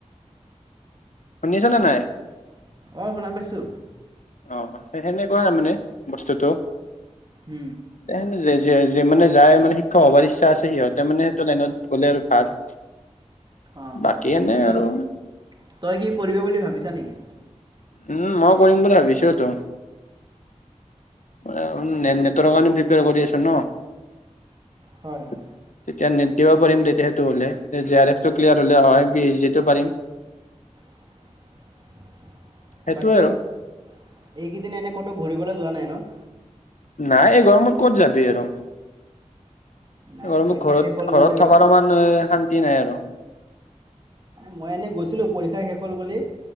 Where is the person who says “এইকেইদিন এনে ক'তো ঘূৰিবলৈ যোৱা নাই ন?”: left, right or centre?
Right